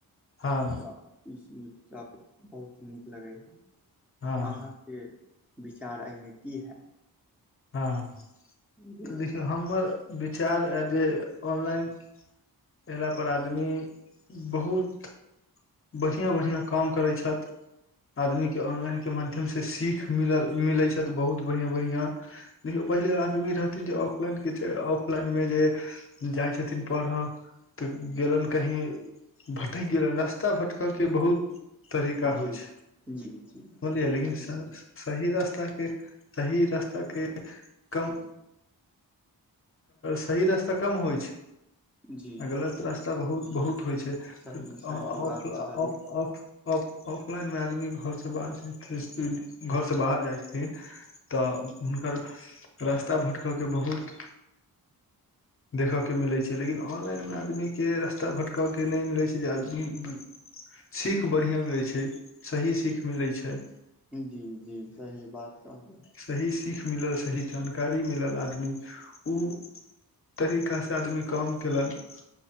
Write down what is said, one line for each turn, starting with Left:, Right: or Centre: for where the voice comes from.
Left: हँ।
Centre: तऽ ई चीज सभ बहुत नीक लगैया,
Left: हँ
Centre: अहाँ के विचार एहिमे की हइ।
Left: हँ।
Centre: जी।
Left: तऽ देखियौ हमर विचार यऽ जे ऑनलाइन एला पर आदमी बहुत बढ़िआँ- बढ़िआँ काम करैत छैत। आदमी के ऑनलाइन के माध्यम से, सीख मिलल- मिलै छै तऽ बहुत बढ़िया -बढ़िया। देखियौ पहिले आदमी रहथिन जे, ऑफलाइन के छै, ऑफलाइन मे जे जाइ छथिन परढ़ह, तऽ गेलनि कही भटैक गेलनि रस्त त्ता भटकऽ के बहुत तरीका
Centre: जी
Left: होइ छै,
Centre: जी जी जी
Left: समझलियै लेकिन सही
Centre: बात
Left: रास्ता के, सही रास्ता के, कम सही रास्ता कम होइ छै।
Centre: जी
Left: गलत रास्ता बहुत- बहुत होइ छै,
Centre: सही सही
Left: ऑ -ऑफ-ऑफ
Centre: बात कहलियै
Left: ऑफ ऑफलाइन में आदमी घर से <unintelligible> घर से बाहर जाय छथिन। तऽ हुनकर रास्ता भटकयके बहुत देखयके मिलै छै लेकिन ऑनलाइनमे आदमीके रस्ता भटकयके नहि मिलै छै जे आदमी सीख बढ़िआँ मिलैत छै। सही सीख मिलैत छै।
Centre: जी जी सही बात कहली।
Left: सही सीख मिलल सही जानकारी मिलल आदमी ओ तरीकासँ आदमी काम कयलनि।